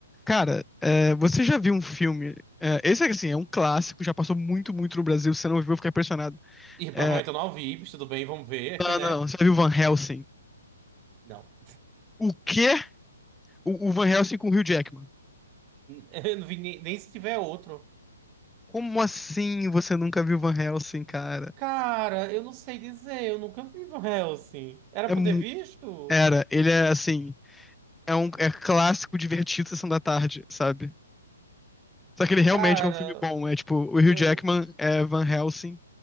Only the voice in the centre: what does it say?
Cara, é, você já viu um filme? é, esse é assim, é um clássico, já passou muito, muito no Brasil. Se você não viu, eu fiquei impressionado.
É,
não,
não, não, você já viu Van Helsing?
O quê? O, o Van Helsing com o Hugh Jackman.
Como assim você nunca viu Van Helsing, cara?
É,
mu-
era, ele é assim, é um é clássico divertido Sessão da Tarde, sabe? Só que ele realmente
é um filme bom. É tipo, o Hugh
Jackman é Van Helsing